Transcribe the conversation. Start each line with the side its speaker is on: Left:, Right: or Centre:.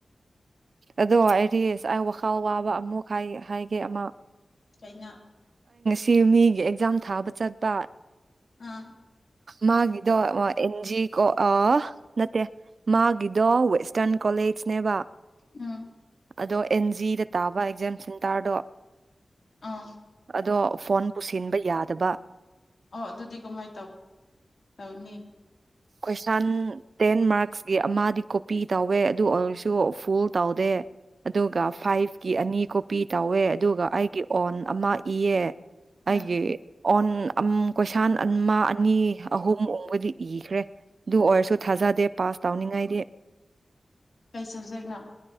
Right: ꯑꯗꯣ ꯑꯩꯔꯤꯁ ꯑꯩ ꯋꯥꯈꯥꯎ ꯋꯥꯕ ꯑꯃꯨꯛ ꯍꯥꯏꯒꯦ ꯑꯃ
Left: ꯆꯩꯅꯥ
Right: ꯁꯤ ꯃꯤꯒꯤ ꯑꯦꯛꯖꯥꯝ ꯊꯥꯕ ꯆꯠꯄ
Left: ꯑꯥ
Right: ꯃꯥꯒꯤꯗꯣ ꯑꯦꯟꯖꯤ ꯀꯣ ꯑ ꯅꯠꯇꯦ ꯃꯥꯒꯤꯗꯤ ꯑꯗꯣ ꯋꯦꯁꯇꯔꯟ ꯀꯣꯂꯦꯖꯅꯦꯕ
Left: ꯎꯝ
Right: ꯑꯗꯣ ꯑꯦꯟ ꯖꯤꯗ ꯇꯥꯕ ꯑꯦꯛꯖꯥꯝ ꯁꯦꯟꯇꯔꯗꯣ
Left: ꯑꯥ
Right: ꯑꯗꯣ ꯐꯣꯟ ꯄꯨꯁꯤꯟꯕ ꯌꯥꯗꯕ
Left: ꯑꯣ ꯑꯗꯨꯗꯤ ꯀꯃꯥꯏꯅ ꯇꯧ ꯇꯧꯅꯤ
Right: ꯀ꯭ꯋꯦꯁꯟ ꯇꯦꯟ ꯃ꯭ꯔꯥꯛ ꯀꯤ ꯑꯃꯗꯤ ꯀꯣꯄꯤ ꯇꯧꯋꯦ ꯑꯗꯨ ꯑꯣꯏꯔꯁꯨ ꯐꯨꯜ ꯇꯧꯗꯦ ꯑꯗꯨꯒ ꯐꯥꯏꯚ ꯀꯤ ꯑꯅꯤ ꯀꯣꯄꯤ ꯇꯧꯋꯦ ꯑꯗꯨꯒ ꯑꯩꯒꯤ ꯑꯣꯟ ꯑꯃ ꯏꯌꯦ ꯑꯩꯒꯤ
Left: ꯎꯝ
Right: ꯑꯣꯟ ꯀꯣꯏꯁꯟ ꯑꯃ ꯑꯅꯤ ꯑꯍꯨꯝ ꯑꯣꯡꯕꯗꯤ ꯏꯈ꯭ꯔꯦ ꯑꯗꯨ ꯑꯣꯏꯔꯁꯨ ꯊꯥꯖꯗꯦ ꯄꯥꯁ ꯇꯧꯅꯤꯡꯉꯥꯏꯗꯤ
Left: ꯀꯩ ꯁꯕꯖꯦꯛꯅꯣ